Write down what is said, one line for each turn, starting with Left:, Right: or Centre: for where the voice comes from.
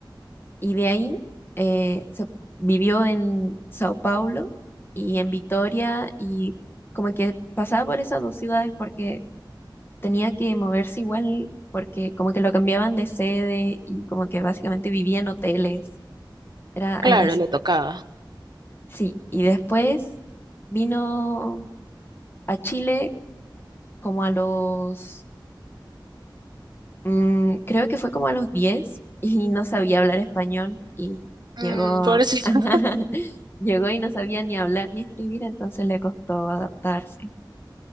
Left: Y de ahí eh, se vivió en Sao Paulo y en Vitoria y como que pasaba por esas dos ciudades porque tenía que moverse igual porque como que lo cambiaban de sede y como que básicamente vivía en hoteles, era algo
Right: claro,
Left: así.
Right: le tocaba.
Left: Sí, y después vino a Chile como a los Mm, creo que fue como a los 10 y no sabía hablar español y
Right: Mm,
Left: llegó,
Right: pobrecito.
Left: <laughs>
Right: <laughs>
Left: llegó y no sabía ni hablar ni escribir, entonces le costó adaptarse.